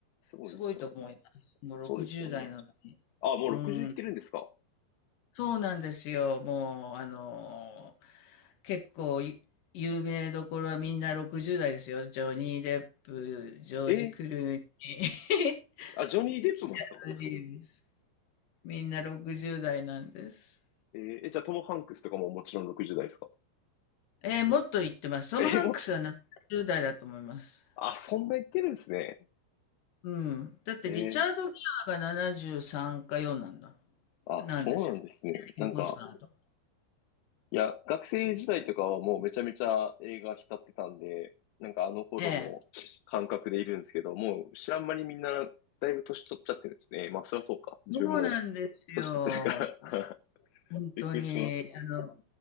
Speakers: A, on the left; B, on the left.
A: すごいですよね。
B: すごいと思います。もう60代なのに。
A: そうですよね。あ、もう60いってるんですか。
B: うん、そうなんですよ。もう、あの、結構い有名どころはみんな60代ですよ。ジョニー・デップ、ジョージ・
A: えー
B: クルーニ
A: あ、ジョニー・
B: ー。<laughs>
A: デップもっすか。
B: キアヌ・リーブス。みんな60代なんです。
A: えーえじゃあトム・ハンクスとかももちろん60代ですか。
B: えーもっと言ってます。トム・
A: えーもっ、
B: ハンクスは70代だと思います。
A: あ、そんないってるんですね。
B: うん。だってリチャード・
A: えー
B: ギアが73か4なんだ。
A: あ、
B: なんですよ。
A: そうなんですね。
B: インコスナーと。
A: なんか、いや、学生時代とかはもうめちゃめちゃ映画浸ってたんで、なんかあの頃の感覚でいるんですけど、
B: ええ。
A: もう知らん間にみんなだいぶ年取っちゃってるんですね。まあそりゃそうか。自分も
B: そうなんですよ。
A: 年取ってるから <laughs>
B: 本当に。
A: びっくりしますね。
B: あの、